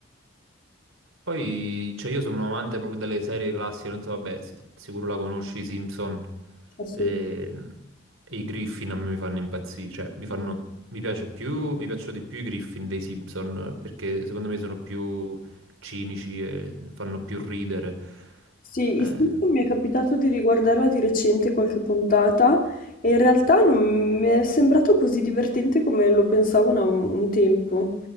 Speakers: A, on the right (about 80°); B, on the left (about 40°).
A: Poi, cioè, io sono un amante proprio delle serie classiche, non so, vabbè, si- sicuro la conosci, i Simpson
B: Assu-
A: e, e i Griffin a me mi fanno impazzire, cioè, mi fanno, mi piace più, mi piacciono di più i Griffin dei Simpson, perché secondo me sono più cinici e fanno più ridere.
B: Sì,
A: Eh,
B: il Simpson mi è capitato di riguardarla di recente qualche puntata e in realtà non mi è sembrato così divertente come lo pensavo una- un tempo.